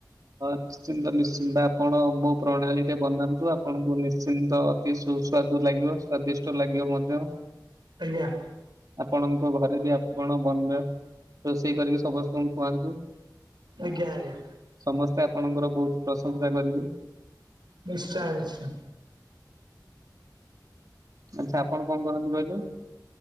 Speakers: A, on the right; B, on the right.
A: ହ ଶ୍ଚିନ୍ତ ନିଶ୍ଚିନ୍ତ ଆପଣ ମୋ ପ୍ରଣାଳୀରେ ବନାନ୍ତୁ ଆପଣଙ୍କୁ ନିଶ୍ଚିନ୍ତ ଅତି ସୁସ୍ୱାଦୁ ଲାଗିବ। ସ୍ଵାଦିଷ୍ଟ ଲାଗିବ ମଧ୍ୟ।
B: ଆଜ୍ଞା।
A: ଆପଣଙ୍କ ଘରେ ବି ଆପଣ ବନ ରୋଷେଇ କରିକି ସମସ୍ତଙ୍କୁ ଖୁଆନ୍ତୁ।
B: ଆଜ୍ଞା ଆଜ୍ଞା।
A: ସମସ୍ତେ ଆପଣଙ୍କର ବହୁତ ପ୍ରଶଂସା କରିବେ।
B: ନିଶ୍ଚୟ ନିଶ୍ଚୟ।
A: ଆଚ୍ଛା ଆପଣ କଣ କରନ୍ତି କହିଲେ?